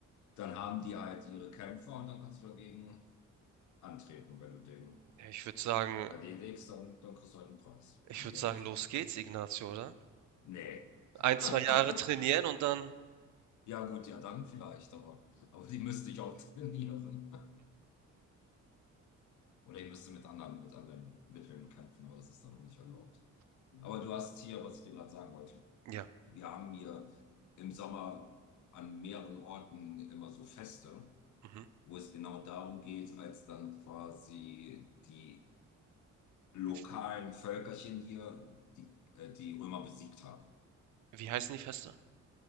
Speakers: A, on the left; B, on the right.
A: dann haben die halt ihre Kämpfer und dann kannst du dagegen antreten, wenn du den
B: Ja, Ich würde sagen,
A: Ja, die wenigsten dann, dann kriegst du halt einen interessanten Preis.
B: ich
A: Einen
B: würde
A: gelben
B: sagen,
A: Zyklus.
B: los geht's, Ignacio, oder?
A: Nee.
B: Ein, zwei
A: <laughs>
B: Jahre trainieren und dann.
A: Ja, gut, ja, dann vielleicht, aber, aber die müsste ich auch <laughs> trainieren. Oder ich müsste mit anderen, mit anderen Mitteln kämpfen, aber das ist dann auch nicht erlaubt. Aber du hast hier, was ich dir gerade sagen wollte.
B: Ja.
A: Wir haben hier im Sommer an mehreren Orten immer so Feste,
B: Mhm.
A: wo es genau darum geht, als dann quasi die lokalen
B: W-
A: Völkerchen hier, die, äh, die Römer besiegt haben.
B: Wie heißen die Feste?